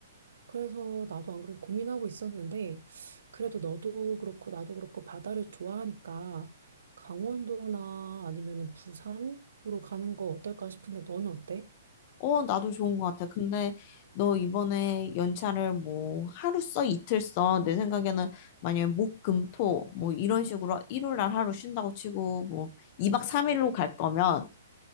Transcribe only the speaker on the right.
그래서 나도 안 그래도 고민하고 있었는데, 그래도 너도 그렇고 나도 그렇고 바다를 좋아하니까 강원도나 아니면은 부산으로 가는 거 어떨까 싶은데 너는 어때?